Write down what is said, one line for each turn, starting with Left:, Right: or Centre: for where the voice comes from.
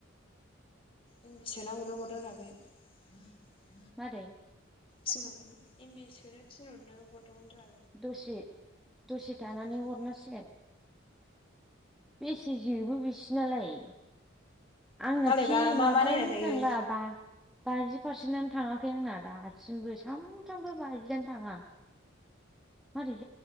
Left: इं बिसोना हरनो हरदो आरो बे <unintelligible>
Centre: मारै
Left: थिनहर एमबि एस खौनो थिनहरनो हरदोंमोन र <unintelligible>
Centre: दसे दसे थानानै
Left: आंनिबा
Centre: हरनासिगोन बेसे जेबो गैस नालाय <inaudible> आंनो
Left: मालायबा
Centre: फि माबायानो
Left: मा मा नायनानै थायो
Centre: थांला बा <inaudible> बाजि पारसेन्टआनो थाङाखै आंना दासिमबो सानफ्रामबो बाजिआानो थाङा मोर <unintelligible>